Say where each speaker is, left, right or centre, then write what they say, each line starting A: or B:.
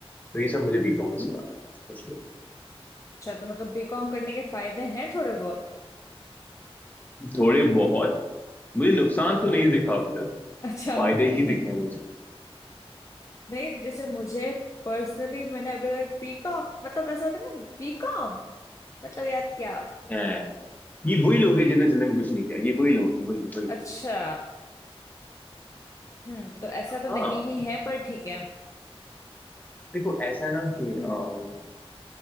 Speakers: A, on the left; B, on the left.
A: तो ये सब मुझे दिखा में सिखा इसलिए
B: अच्छा तो मतलब बीकॉम करने के फायदे हैं थोड़े बहुत
A: थोड़े बहुत मुझे नुकसान तो नहीं दिखा अभी तक
B: <laughs> अच्छा
A: फायदे
B: ओके
A: ही दिखे हैं मुझे
B: नहीं जैसे मुझे पर्सनली मैंने अभी तक बीकॉम मतलब ऐसा होता है ना बीकॉम मतलब यार क्या
A: हैं। ये वही लोग हैं जिन्होंने जिंदगी में कुछ नहीं किया ये वही लोग हैं वही वही
B: अच्छा हम्म तो ऐसा
A: हाँ
B: तो नहीं ही है पर ठीक है
A: देखो ऐसा है ना कि अम,
B: हम्म